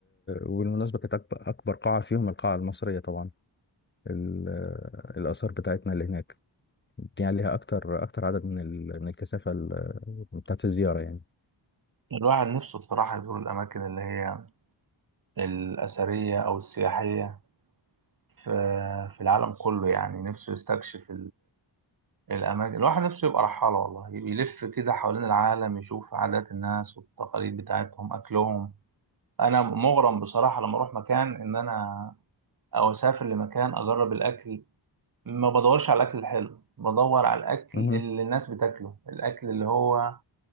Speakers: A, on the left; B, on the right.
A: وبالمناسبه كانت أكب- اكبر قاعه فيهم القاعه المصريه طبعا ال- الاثار بتاعتنا اللي هناك دي عليها اكتر اكتر عدد من ال... من الكثافه ال- بتاعت الزياره يعني
B: الواحد نفسه بصراحة يزور الأماكن اللي هي الأثرية أو السياحية في في العالم كله يعني نفسه يستكشف الأماكن الواحد نفسه يبقى رحالة والله يلف كده حوالين العالم يشوف عادات الناس والتقاليد بتاعتهم أكلهم أنا مغرم بصراحة لما أروح مكان إن أنا أو أسافر لمكان أجرب الأكل ما بدورش على الأكل الحلو بدور على الأكل
A: مهم.
B: اللي الناس بتاكله الأكل اللي هو